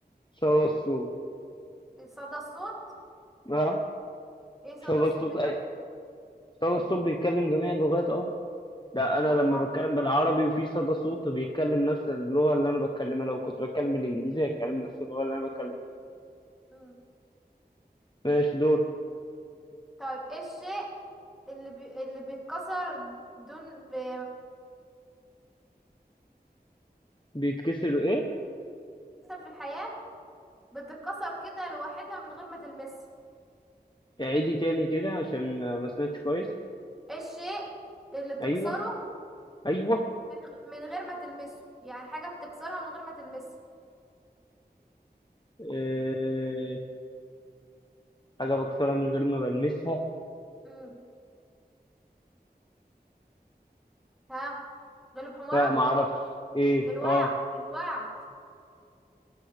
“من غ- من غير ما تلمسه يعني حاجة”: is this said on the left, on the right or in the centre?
Centre